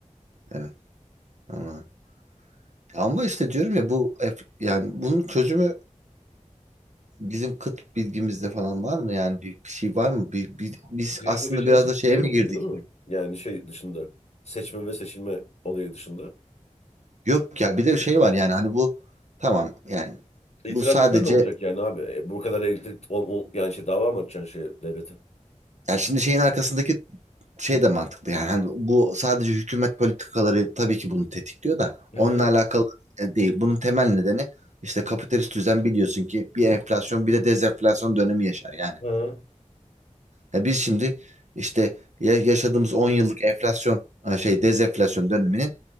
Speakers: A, on the right; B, on the left.
A: Evet. Ama Ama işte diyorum ya bu ef- yani bunun çözümü bizim kıt bilgimizde falan var mı? Yani bir, bir şey var mı? Bir, bir- biz
B: Bizim
A: aslında
B: yapabileceğimiz
A: biraz
B: hiçbir
A: da şeye
B: şey yok
A: mi girdik?
B: gibi değil mi? Yani şey dışında. Seçme ve seçilme olayı dışında.
A: Yok ya bir de şey var yani hani bu tamam yani
B: İtiraz
A: bu sadece
B: etsen ne olacak yani abi? E, bu kadar elektrik o- o- yani şey dava mı açacaksın şey devlete?
A: yani şimdi şeyin arkasındaki şey de mantıklı yani hani bu sadece hükümet politikaları tabii ki bunu tetikliyor da
B: Hı
A: onunla
B: hı
A: alakalı e, değil. Bunun temel nedeni işte kapitalist düzen biliyorsun ki bir enflasyon bir de dezenflasyon dönemi yaşar yani.
B: hı
A: Ya biz şimdi işte ya- yaşadığımız 10 yıllık enflasyon ha şey dezenflasyon döneminin